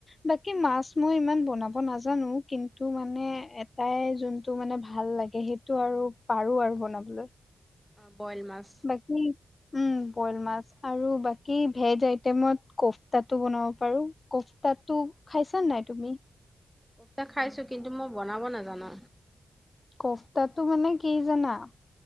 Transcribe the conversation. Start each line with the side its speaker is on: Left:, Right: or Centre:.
Left: বাকী মাছ মই ইমান বনাব নাজানো, কিন্তু মানে এটাই যোনটো মানে ভাল লাগ- গে সেইটো আৰু পাৰো আৰু বনাবলৈ।
Centre: অ বইল মাছ।
Left: বাকী, উম। বইল মাছ, আৰু বাকী ভেজ আইটেমত কফতাটো বনাব পাৰো। কফতাটো- খাইছা নে নাই তুমি?
Centre: কফটা খাইছো, কিন্তু মই বনাব নাজানো।
Left: কফতাটো মানে কি জানা?